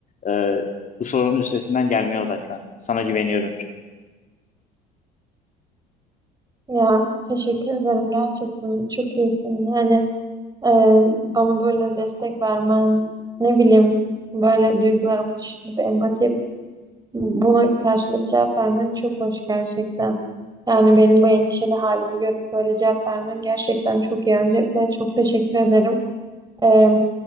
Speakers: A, on the left (about 40°); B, on the right (about 20°).
A: e, bu sorunun üstesinden gelmeye odaklan. Sana güveniyorum çok.
B: Ya teşekkür ederim gerçekten çok iyisin. Yani e, bana böyle destek vermen, ne bileyim böyle duygularımı düşünüp empati Buna karşılık cevap vermen çok hoş gerçekten. Yani benim bu endişeli halimi görüp böyle cevap vermen gerçekten çok iyi. Öncelikle çok teşekkür ederim. Ee,